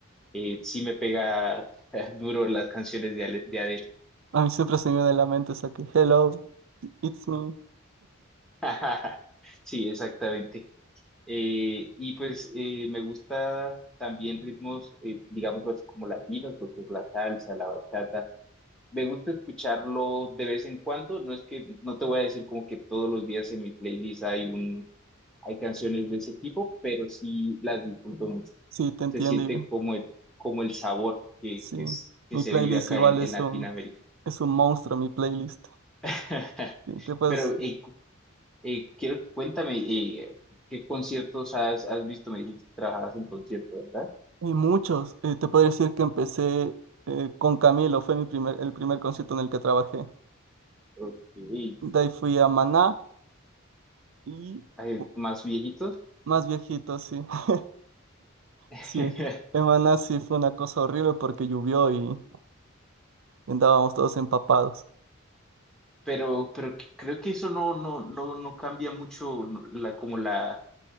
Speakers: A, in the centre; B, on the right.
A: eh, sí me pega <laughs> duro las canciones de, Ale- de Adele.
B: A mí siempre se me viene a la mente esa que Hello, It's Me.
A: <laughs> Sí, exactamente. Eh, y pues eh, me gusta también ritmos, eh, digamos, pues, como latinos, lo que es la salsa, la bachata. Me gusta escucharlo de vez en cuando. No es que, no te voy a decir como que todos los días en mi playlist hay un, hay canciones de ese tipo, pero sí las disfruto mucho.
B: Sí, te entiendo.
A: Se siente
B: y-
A: como el, como el sabor que,
B: Sí,
A: que, es- que
B: mi
A: se
B: playlist
A: vive acá
B: igual
A: en,
B: es
A: en Latinoamérica.
B: un, es un monstruo, mi playlist.
A: <laughs>
B: Sí, te puedes-
A: Pero eh, cu- eh, quiero, cuéntame, eh, ¿qué conciertos has, has visto? Me dijiste que trabajabas en conciertos, ¿verdad?
B: y muchos. eh, te puedo decir que empecé eh, con Camilo, fue mi primer, el primer concierto en el que trabajé.
A: Ok.
B: De ahí fui a Maná y
A: Eh,
B: u-
A: ¿Más viejitos?
B: más viejito, sí. <laughs>
A: <laughs>
B: Sí, en Maná sí fue una cosa horrible porque llovió y andábamos todos empapados.
A: Pero, pero que- creo que eso no, no, no, no cambia mucho no, la, como la,